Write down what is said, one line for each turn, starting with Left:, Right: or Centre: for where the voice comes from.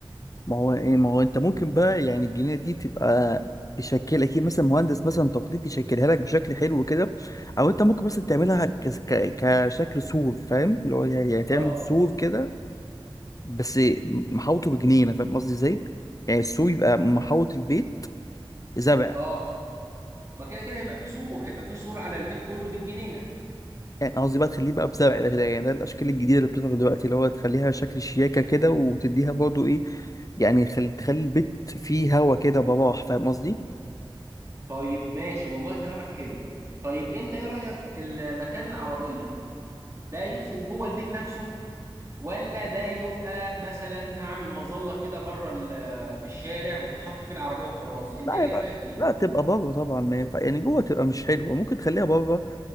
Left: ما هو ايه ما هو انت ممكن بقى يعني الجنيه دي تبقى تشكل اكيد مثلا مهندس مثلا تخطيط يشكلها لك بشكل حلو كده او انت ممكن مثلا تعملها ك- ك- كشكل سور فاهم اللي هو يعني يعني تعمل
Right: اه
Left: سور كده بس محوطه بجنينه فاهم قصدي ازاي يعني السور يبقى محوط البيت زرع
Right: اه ما كده كده هيبقى في سور هيبقى في سور على البيت كله بالجنينه
Left: يعني قصدي بقى تخليه بقى بزرع ده ده- يعني ده الاشكال الجديده اللي بتظهر دلوقتي اللي هو تخليها شكل شياكه كده وتديها برضه ايه يعني خل... تخلي البيت فيه هوا كده براح فاهم قصدي
Right: طيب ماشي والله كلامك حلو طيب انت ايه رايك المكان العربيه ده يدخل جوه البيت نفسه ولا ده يبقى مثلا اعمل مظله كده بره ال- في الشارع وتحط فيه العربيه وخلاص انت
Left: لا
Right: ايه
Left: يبقى
Right: رايك ايه
Left: لا تبقى بره طبعا ما ينفع يعني جوه تبقى مش حلوه ممكن تخليها بره